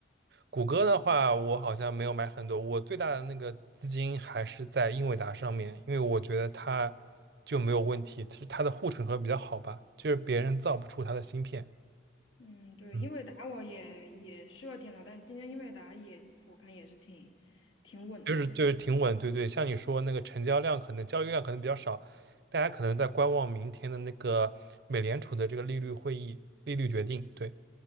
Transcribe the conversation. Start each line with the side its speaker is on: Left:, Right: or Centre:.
Right: 谷歌的话，我好像没有买很多，我最大的那个资金还是在英伟达上面，因为我觉得它就没有问题，是它的护城河比较好吧，就是别人造不出它的芯片，
Left: 嗯，对，
Right: 嗯，
Left: 英伟达我也也设定了，但今天英伟达也我看也是挺挺稳的。
Right: 就是就是挺稳，对对，像你说那个成交量可能交易量可能比较少，大家可能在观望明天的那个美联储的这个利率会议利率决定，对，